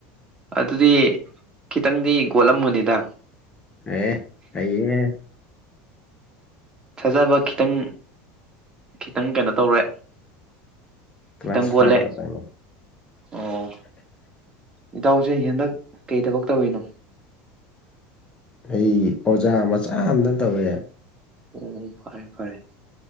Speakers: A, on the right; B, on the left.
A: ꯑꯗꯨꯗꯤ ꯈꯤꯇꯪꯗꯤ ꯀꯣꯠꯂꯝꯃꯨꯅꯤꯗ
B: ꯑꯦ ꯍꯩꯌꯦ
A: ꯊꯥꯖꯕ ꯈꯤꯇꯪ ꯈꯤꯇꯪ ꯀꯩꯅꯣ ꯇꯧꯔꯦ
B: ꯀ꯭ꯂꯥꯁ
A: ꯈꯤꯇꯪ ꯒꯣꯠꯂꯦ
B: ꯐꯥꯏꯚ ꯈꯛꯇꯪ
A: ꯑꯣ ꯏꯇꯥꯎꯁꯦ ꯍꯦꯟꯗꯛ ꯀꯩ ꯊꯕꯛ ꯇꯧꯔꯤꯅꯣ
B: ꯑꯩ ꯑꯣꯖꯥ ꯃꯆꯥ ꯑꯝꯇꯪ ꯇꯧꯋꯦ
A: ꯎꯝ ꯐꯔꯦ ꯐꯔꯦ